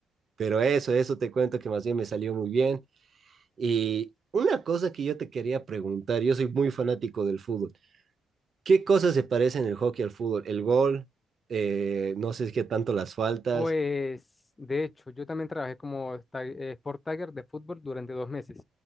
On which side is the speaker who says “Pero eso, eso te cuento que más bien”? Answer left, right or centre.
Right